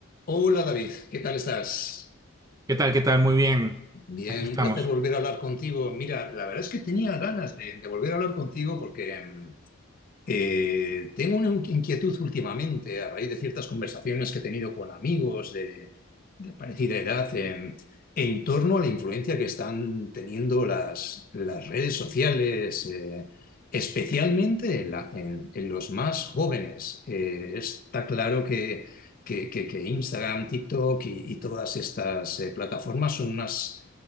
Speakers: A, on the left (about 40°); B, on the right (about 15°).
A: Hola David, ¿qué tal estás?
B: ¿Qué tal? ¿Qué tal? Muy bien.
A: Bien,
B: Aquí estamos.
A: un placer volver a hablar contigo. Mira, la verdad es que tenía ganas de, de volver a hablar contigo porque mm, eh, tengo una inquietud últimamente a raíz de ciertas conversaciones que he tenido con amigos de, de parecida edad em, en torno a la influencia que están teniendo las, las redes sociales, eh, especialmente en, la- en- en los más jóvenes. Eh, está claro que, que- que- que Instagram, TikTok y, y todas estas eh, plataformas son unas